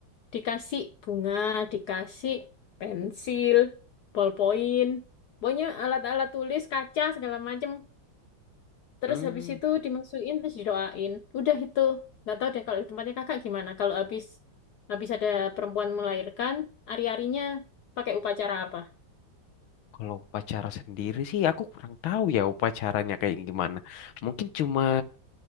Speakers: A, on the left; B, on the left.
A: dikasih bunga dikasih pensil ballpoint pokoknya alat-alat tulis kaca segala macam Terus
B: Hmm,
A: habis itu dimasukin terus didoain. Udah itu. Nggak tahu deh kalau di tempatnya kakak gimana. Kalau habis habis ada perempuan melahirkan, ari-arinya pakai upacara apa?
B: kalau upacara sendiri sih aku kurang tahu ya upacaranya kayak gimana. Mungkin cuma